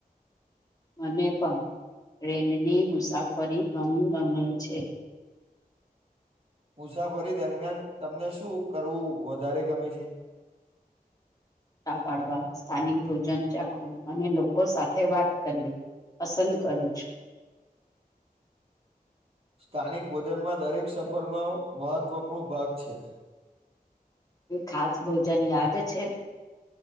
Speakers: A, on the left; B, on the right.
A: મને પણ ટ્રેનની મુસાફરી ગમ ગમે છે.
B: મુસાફરી દરમિયાન તમને શું કરવું વધારે ગમે છે?
A: <inaudible> તા પાડવા સ્થાનિક ભોજન ચાખવું અને લોકો સાથે વાત કરવી પસંદ કરું છું.
B: સ્થાનિક ભોજનમાં દરેક સફરનો મહત્વપૂર્ણ ભાગ છે.
A: કોઈ ખાસ ભોજન યાદ છે?